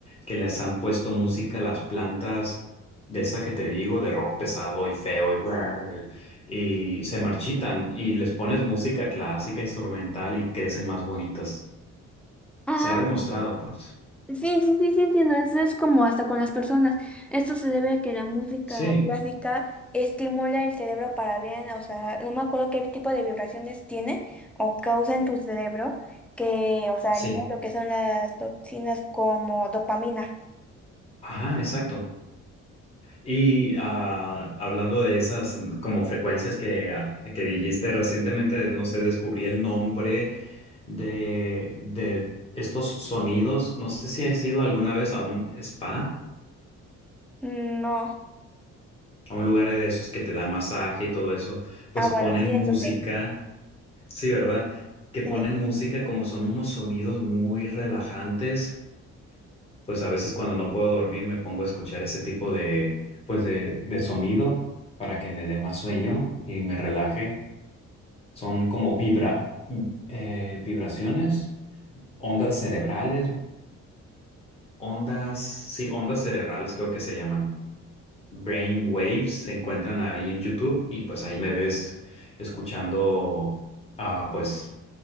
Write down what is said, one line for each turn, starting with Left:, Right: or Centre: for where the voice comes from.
Left: que les han puesto música a las plantas de esta que te digo, de rock pesado y feo y, brrr, y se marchitan y les pones música clásica, instrumental y crecen más bonitas.
Centre: Ajá,
Left: Se ha demostrado, pues.
Centre: sí, sí, sí, sí, entiendo. Eso es como hasta con las personas. Esto se debe a que la música
Left: Sí,
Centre: clásica estimula el cerebro para bien. O sea, no me acuerdo qué tipo de vibraciones tiene o causa en tu cerebro que, o sea,
Left: sí.
Centre: libera lo que son las toxinas como dopamina.
Left: Ajá, exacto. Y ah, hablando de esas mm, como frecuencias que, ah, que dijiste recientemente, no sé, descubrí el nombre de, de estos sonidos. No sé si has ido alguna vez a un spa,
Centre: Mm, No.
Left: a un lugar de esos que te dan masaje y todo eso. Pues
Centre: Ah, bueno,
Left: ponen
Centre: sí,
Left: música,
Centre: eso sí.
Left: sí, ¿verdad? Que ponen
Centre: <laughs> Sí.
Left: música como son unos sonidos muy relajantes. pues a veces cuando no puedo dormir me pongo a escuchar ese tipo de, pues de, de sonido para que me dé más sueño y me relaje. Son como vibra, eh, vibraciones, ondas cerebrales, ondas, sí, ondas cerebrales creo que se llaman. Brain waves se encuentran ahí en YouTube y pues ahí me ves escuchando ah, pues